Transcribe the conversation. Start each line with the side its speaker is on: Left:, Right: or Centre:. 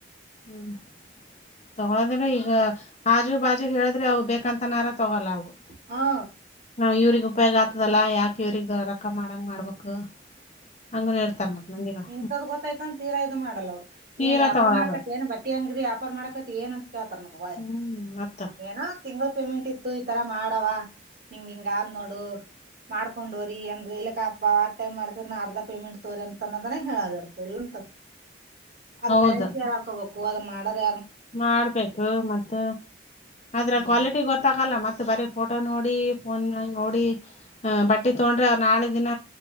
Left: ಹ್ಮ್ ತಗೊಳದ್ರೆ ಈಗ ಹಾಜು ಬಾಜುಗೆ ಹೇಳಿದ್ರೆ ಅವು ಬೇಕಂತ ನಾರ ತಗೊಲ್ಲ ಅವು
Right: ಹಾ
Left: ನಾವ್ ಇವ್ರಿಗ್ ಉಪಯೋಗ ಆತದಲ್ಲ ಯಾಕೆ ಇವ್ರಗ್ ರೊಕ್ಕ ಮಾಡಂಗ ಮಾಡ್ಬೇಕು ಹಂಗನು ಇರ್ತಾರ ಮತ್ ಮಂದಿಗಳು
Right: ಇಂತದ ಗೊತ್ತಾಯ್ತ ಅಂತೀರ ಆಯ್ತ ಮಾಡಲ್ಲ ಅವ್ರು
Left: ತೀರಾ
Right: ಏನ್ ಯ್ಯಾಪಾರ
Left: ತಗೊಳಾರು
Right: ಮಾಡಾಕತ್ತ ಏನ್ ಬಟ್ಟಿ ಹಂಗ್ರಿ ಯ್ಯಾಪಾರ್ ಮಾಡಾಕತಿ ಏನ್ ಅಂತ ಕೇಳ್ತಾರ ನಗ
Left: ಹ್ಮ್ ಮತ್ತ
Right: ಏನ ತಿಂಗ ಪೇಮೆಂಟ್ ಇತ್ತು ಈತರ ಮಾಡವ ಹಿಂಗ ಹಿಂಗ ಆದ್ ನೋಡು ಮಾಡ್ಕೊಂಡೋರಿ ಏನ್ರೀ ಇಲಕ್ಕಪ್ಪ ಆ ಟೈಮ್ ಮಾಡ್ತರಿ ನ ಅರ್ಧ ಪೇಮೆಂಟ ತ್ರ ಅನ್ನದಾನೇ ಹೇಳ ರ ಇಲ್ಲಂತ ಅದ
Left: ಹೌದು
Right: ಕರೆನ್ಸಿ ಯಾರ್ ಹಾಕೋಬೇಕು ಹ ಅದ್ ಮಾಡಾರ
Left: ಮಾಡ್ಬೇಕು ಮತ್ತ ಆದದ್ರ
Right: ನಮ್ಗ
Left: ಕ್ವಾಲಿಟಿ ಗೊತ್ತಕಲ್ಲ ಮತ್ತತ್ ಬರಿ ಫೋಟೋ ನೋಡಿ ನೋಫೋ ನೋಡಿ ಬಟ್ಟಿ ತಡ್ರೆ ಅವ್ ನಾಳೆ ದಿನ